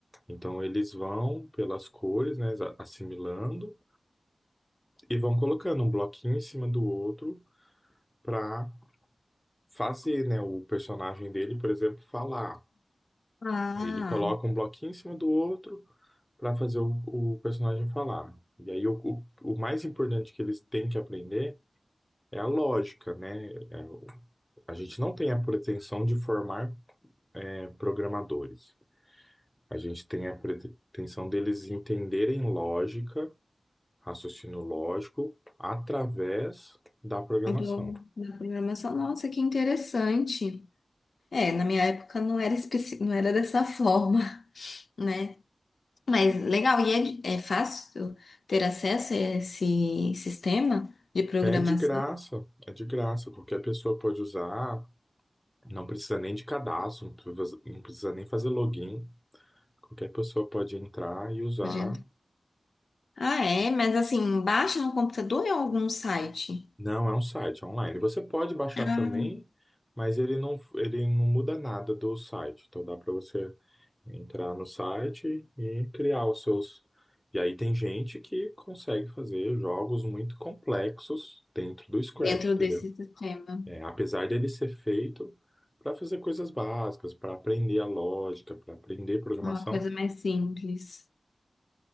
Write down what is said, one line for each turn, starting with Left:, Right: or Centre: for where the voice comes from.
Centre: Então eles vão pelas cores, né, a- assimilando e vão colocando um bloquinho em cima do outro para fazer, né, o personagem dele, por exemplo, falar.
Left: Ah.
Centre: Aí ele coloca um bloquinho em cima do outro para fazer o, o personagem falar. E aí o, o o mais importante que eles têm que aprender é a lógica, né? É o- a gente não tem a pretensão de formar, é, programadores. A gente tem a pretensão deles entenderem lógica, raciocínio lógico, através da programação.
Left: do, da programação. Nossa, que interessante. É, na minha época não era, especi- não era dessa forma, <laughs> né? Mas legal, e é, de- é fácil ter acesso a esse sistema de programação,
Centre: É de graça, é de graça. Qualquer pessoa pode usar, não precisa nem de cadastro, não precisa não precisa nem fazer login. Qualquer pessoa pode entrar e usar
Left: gente? Ah, é, mas assim, baixa no computador ou em algum site
Centre: Não, é um site online. Você pode baixar
Left: Ah,
Centre: também, mas ele não, ele não muda nada do site. Então dá para você entrar no site e criar os seus. E aí tem gente que consegue fazer jogos muito complexos dentro do Scratch,
Left: dentro
Centre: entendeu?
Left: desse sistema?
Centre: É, apesar dele ser feito para fazer coisas básicas, para aprender a lógica, para aprender programação,
Left: Uma coisa mais simples.